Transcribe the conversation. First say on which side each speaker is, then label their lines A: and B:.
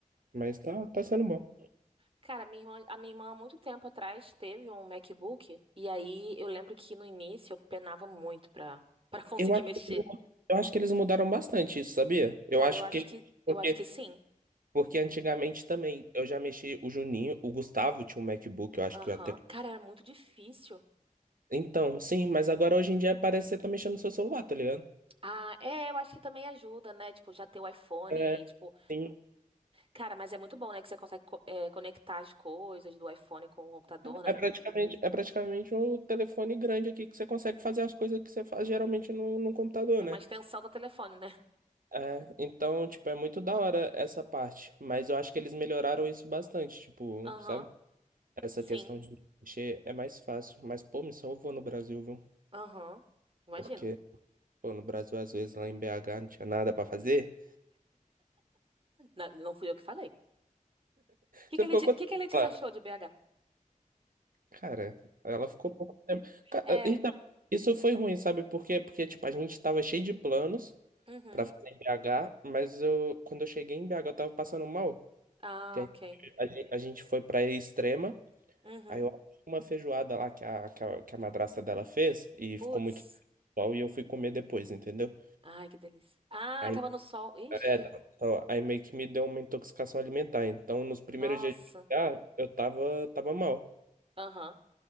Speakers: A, on the right; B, on the right.
A: mas tá, tá sendo bom.
B: Cara, minha irmã, a minha irmã há muito tempo atrás teve um MacBook. E aí eu lembro que no início eu penava muito pra, pra <laughs> conseguir
A: Eu acho
B: mexer.
A: que, eu acho que eles mudaram bastante isso, sabia? Eu
B: Cara,
A: acho
B: eu acho
A: que
B: que,
A: porque,
B: eu acho que sim.
A: porque antigamente também eu já mexi o Juninho, o Gustavo tinha um MacBook, eu acho
B: Aham.
A: que eu até
B: Cara, era muito difícil.
A: Então, sim, mas agora hoje em dia parece que você tá mexendo no seu celular, tá ligado?
B: Ah, é, eu acho que também ajuda, né? Tipo, já ter o iPhone,
A: É,
B: e aí, tipo,
A: sim.
B: cara, mas é muito bom, né? Que você consegue co- é, conectar as coisas do iPhone com o computador, né?
A: É, é praticamente, é praticamente um telefone grande aqui que você consegue fazer as coisas que você faz geralmente no, no computador,
B: É
A: né?
B: uma extensão do telefone, né?
A: É, então, tipo, é muito da hora essa parte, mas eu acho que eles melhoraram isso bastante, tipo,
B: Aham,
A: sabe? Essa
B: sim,
A: questão de mexer é mais fácil, mas, pô, me salvou no Brasil, viu?
B: aham, imagino.
A: Porque, pô, no Brasil, às vezes, lá em BH não tinha nada pra fazer.
B: Na- Não, fui eu que falei. O que
A: Você
B: que
A: ficou
B: a Leti-
A: quanto
B: que
A: tempo
B: que a Letícia
A: lá?
B: achou de BH?
A: Cara, ela ficou pouco tempo. Ca-
B: É,
A: Então, isso foi ruim, sabe por quê? Porque, tipo, a gente tava cheio de planos,
B: uhum,
A: pra fazer em BH, mas eu, quando eu cheguei em BH, eu tava passando mal.
B: ah,
A: Que a,
B: ok,
A: gente, a gen- a gente foi pra Extrema,
B: uhum,
A: aí eu achei uma feijoada lá que a, que a, que a madrasta dela fez, e
B: putz,
A: ficou muito bom, e eu fui comer depois, entendeu?
B: ai, que delícia. Ah,
A: Aí,
B: tava no sol, ixi,
A: é, tá, ó, aí meio que me deu uma intoxicação alimentar. Então, nos primeiros
B: nossa,
A: dias de BH, eu tava, tava mal.
B: aham,